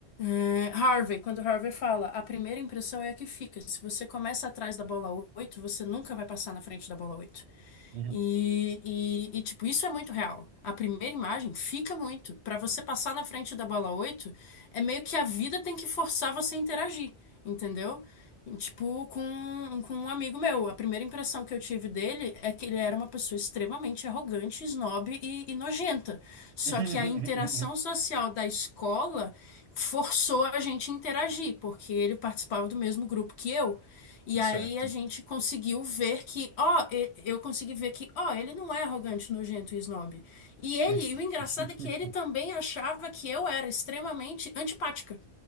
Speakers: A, on the left (about 70°); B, on the right (about 75°).
A: É, Harvey, quando Harvey fala, a primeira impressão é a que fica. Se você começa atrás da bola oito você nunca vai passar na frente da bola oito
B: Uhum.
A: E, e, e, tipo, isso é muito real. A primeira imagem fica muito. Pra você passar na frente da bola 8 é meio que a vida tem que forçar você a interagir, entendeu? E, Tipo, com, com um amigo meu. A primeira impressão que eu tive dele é que ele era uma pessoa extremamente arrogante, snob e, e nojenta. Só
B: <laughs>
A: que a interação social da escola forçou a gente a interagir, porque ele participava do mesmo grupo que eu. E
B: Certo.
A: aí a gente conseguiu ver que, ó, e- eu consegui ver que, ó, ele não é arrogante, nojento e snob. E ele,
B: <laughs>
A: e o engraçado é que ele também achava que eu era extremamente antipática.